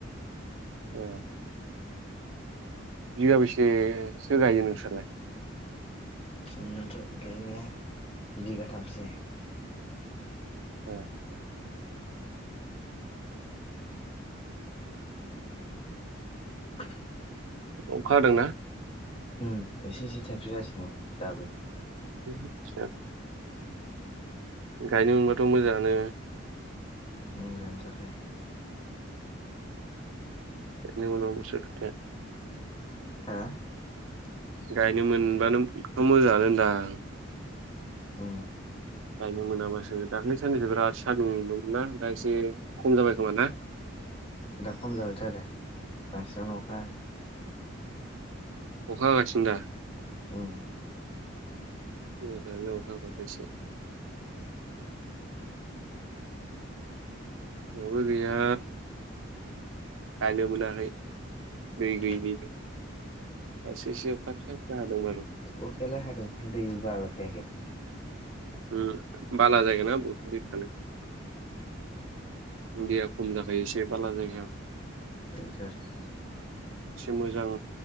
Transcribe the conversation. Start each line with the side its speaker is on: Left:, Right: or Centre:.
Right: ए बिगा बेसेसो गायो नोंस्रालाय?
Left: जोंनाथ' गायनाया बिगाथामसो।
Right: आच्छा।
Left: <inaudible>
Right: अखा हादों ना?
Left: उम एसे एसे थाइफ्रिगासिनो दाबो।
Right: आच्छा। गायनो मोनबाथ' मोजाङानो।
Left: मोजांथ आरो।
Right: एनि उनावबासो खोथाया।
Left: हो?
Right: गायनो मोनबानो मोजाङानो होनदां।
Left: अ
Right: गायनो मोनामासो दाख्लै साननैसो बिराद सान्दुं नुदोंना दा एसे खम जाबाय खोमा ना
Left: दा खम जाबायथ' आरो बांसिनानो अखा
Right: अखा हागासिनो दा?
Left: औ
Right: मोजाङानो नो अखा हाबाथ' एसे जोंहाबो गैया गायनो मोनाखै दै
Left: जोंनिथिंबो
Right: गैयिनिनो। एसे एसे अखा फिसा फिसा हादों बा‌ र
Left: अखायालाय हादों दै बारा थायाखै।
Right: उम बाला जायगा ना बहाथो दै थानो। दैया खम जाखायो एसे बाला जायगायाव।
Left: बेथ' आरोखि
Right: एसे मोजां